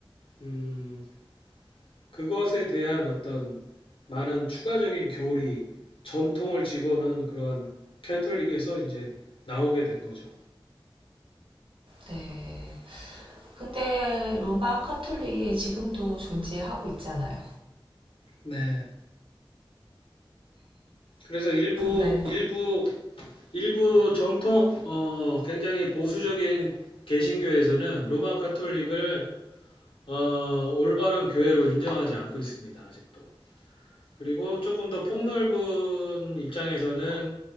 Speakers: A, on the left; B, on the right.
A: 음, 그것에 대한 어떤 많은 추가적인 교리, 전통을 집어넣은 그러한 캐톨릭에서 이제 나오게 된 거죠.
B: 네. 근데 로마 카톨릭이 지금도 존재하고 있잖아요.
A: 네. 그래서 일부
B: 네.
A: 일부 일부 전통 어 굉장히 보수적인 개신교에서는 로마 카톨릭을 어 올바른 교회로 인정하지 않고 있습니다. 아직도. 그리고 조금 더 폭넓은 입장에서는